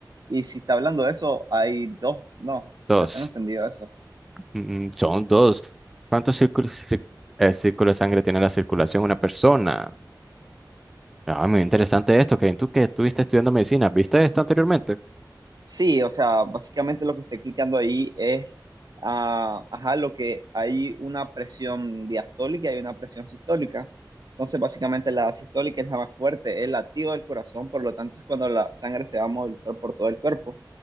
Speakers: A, on the right; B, in the centre.
A: Y si está hablando de eso, hay dos, no,
B: Dos.
A: ya tengo entendido eso.
B: Mm, son dos. ¿Cuántos círculos, cir- eh, círculos de sangre tiene la circulación de una persona? Ah, muy interesante esto, Kevin. Tú que estuviste estudiando medicina, ¿viste esto anteriormente?
A: Sí, o sea, básicamente lo que está explicando ahí es, ah, ajá, lo que hay una presión diastólica y hay una presión sistólica. Entonces, básicamente la sistólica es la más fuerte, es la activa del corazón, por lo tanto es cuando la sangre se va a movilizar por todo el cuerpo.